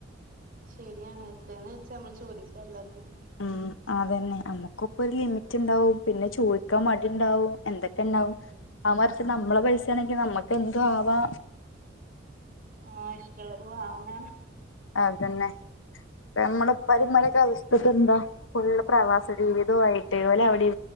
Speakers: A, on the right; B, on the left.
A: ശരിയാണ് എത്രയെന്ന് വെച്ചാ നമ്മൾ ചോദിക്കുക എല്ലാത്തിനും
B: ഉം അതന്നെ നമ്മുക്ക ഇപ്പൊ ഒരു ലിമിറ്റ് ഉണ്ടാവും പിന്നെ ചോദിക്കാൻ മടി ഉണ്ടാവും എന്തൊക്കെ ഉണ്ടാവും
A: ഉം
B: ആ മറിച്ച് നമ്മളെ പൈസ ആണെങ്കി നമ്മുക്ക് എന്ത്‌ ആവാ
A: ആഹ ഇഷ്ടുള്ളത് വാങ്ങ
B: ആഅതന്നെ പിന്നെ നമ്മള് പരിമരക്കെ <unintelligible> ഇക്കെന്താ ഫുള് പ്രവാസ ജീവിത ആയിട്ട് പോലെ അവിടെ